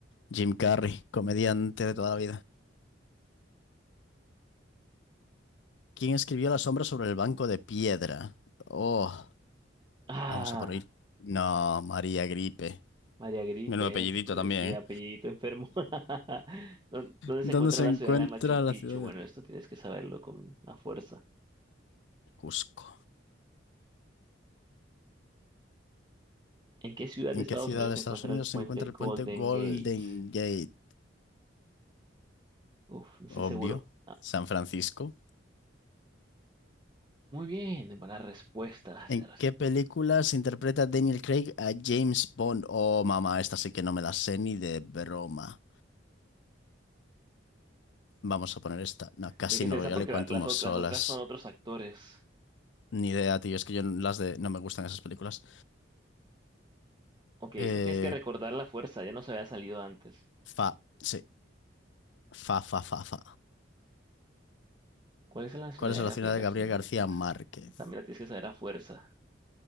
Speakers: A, on the left; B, on the right.
A: Jim Carrey, comediante de toda la vida. ¿Quién escribió La sombra sobre el banco de piedra? Oh,
B: Ah.
A: vamos a por ir. No, María Gripe.
B: María Gripe,
A: Menudo apellidito
B: eh,
A: también,
B: sí,
A: ¿eh?
B: apellidito enfermo. <laughs> ¿Dó- ¿Dónde se
A: ¿Dónde
B: encuentra
A: se
B: la
A: encuentra
B: ciudad de Machu Picchu?
A: la ciudad de
B: Bueno, esto tienes que saberlo con la fuerza.
A: Cusco?
B: ¿En qué ciudad
A: ¿En
B: de Estados
A: qué ciudad
B: Unidos
A: de
B: se
A: Estados
B: encuentra
A: Unidos
B: el puente
A: se encuentra
B: Golden
A: el puente Golden
B: Gate?
A: Gate?
B: Uf, no estoy
A: Obvio.
B: seguro. Ah,
A: San Francisco.
B: muy bien, buena respuesta. se
A: ¿En
B: res-
A: qué películas interpreta Daniel Craig a James Bond? Oh, mamá, esta sí que no me la sé ni de broma. Vamos a poner esta. No, Casino
B: Tiene que ser
A: Royale
B: esa porque
A: y Quantum
B: la- las,
A: of
B: ot-
A: Solace.
B: las otras son otros actores.
A: Ni idea, tío. Es que yo las de... No me gustan esas películas.
B: Ok, esta
A: Eh,
B: tienes que recordar la fuerza, ya no se había salido antes.
A: fa. Sí. Fa, fa, fa, fa.
B: ¿Cuál es la nacionalidad
A: ¿Cuál es la
B: de Gabriel
A: ciudad de
B: García
A: Gabriel
B: Márquez?
A: García Márquez?
B: También la tienes que saber a fuerza.